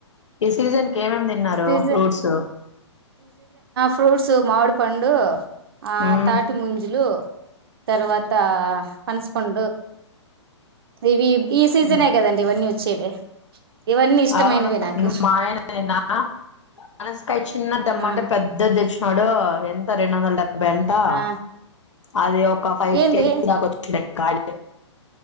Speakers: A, on the left; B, on the right.
A: ఈ సీజన్ ఏమేమి తిన్నారు
B: సీజన్
A: ఫ్రూట్స్
B: ఫ్రూట్సు మామిడిపండు ఆ
A: మ్
B: తాటి ముంజలు తర్వాత పనసుపండు ఇవి ఈ సీజనే
A: మ్
B: కదండి ఇవన్నీ వచ్చేవి ఇవన్నీ ఇష్టమైనవి
A: అవును
B: నాకు
A: మాఆయన నిన్న ఆ పనసకాయ చిన్నది తెమ్మంటే
B: ఆ
A: పెద్దది చ్చినడు ఎంత రెం వందల డెబ్ అంటా
B: ఆ
A: అది ఒక ఫైవ్
B: ఏంది
A: కేజీస్ దాకా వచ్చి కాయ